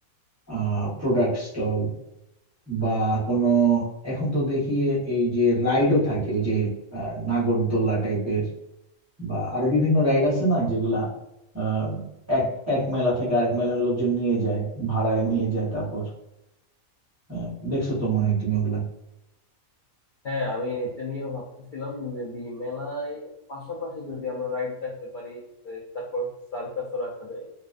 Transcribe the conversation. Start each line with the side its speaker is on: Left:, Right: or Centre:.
Right: আহ প্রোডাক্ট স্টল বা কোনো এখন তো দেখি এই যে রাইডও থাকে ওই যে আহ, নাগরদোল্লা টাইপের বা আরো বিভিন্ন রাইড আছে না যেগুলা আহ, এক এক মেলা থেকে আরেক মেলার লোকজন নিয়ে যায় ভাড়ায় নিয়ে যায় তারপর আহ, দেখছো তো মনে হয় তুমি ওগুলা
Left: হ্যাঁ আমি এটা নিয়েও ভাবতেছিলাম যদি মেলায় পাশাপাশি যদি আমরা রাইডস রাখতে পারি এ, তারপর সার্কাসও রাখা যায়